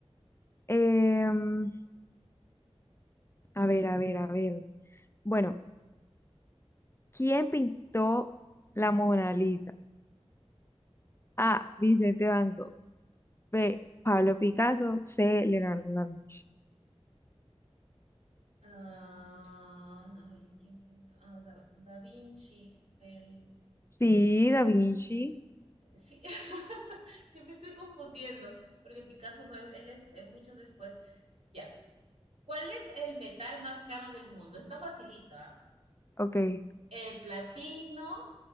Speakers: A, on the left; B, on the right.
A: Em, a ver, a ver, a ver. Bueno, ¿quién pintó la Mona Lisa? A. Vicente Van Gogh. B. Pablo Picasso. C. Leonardo da Vinci.
B: Ah, ay, ¿quién pintó? Ah, Da, Da Vinci, el,
A: Sí,
B: por el,
A: da Vinci.
B: sí, <laughs> yo me estoy confundiendo, porque Picasso no, es- él es, es mucho después. Ya, ¿cuál es el metal más caro del mundo? Está facilito, ¿ah?
A: Ok.
B: ¿El platino,